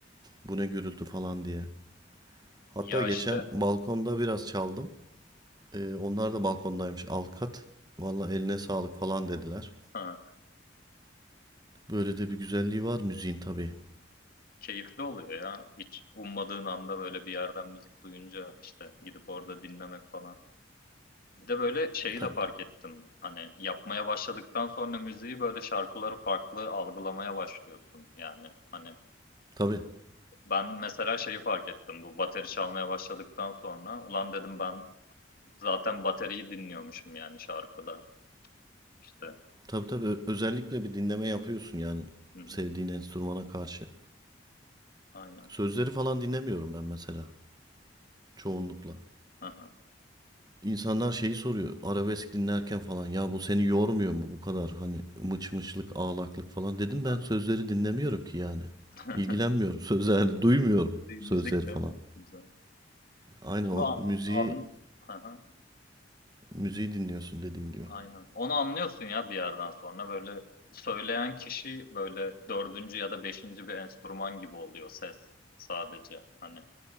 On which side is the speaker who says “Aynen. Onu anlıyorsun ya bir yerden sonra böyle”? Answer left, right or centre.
Left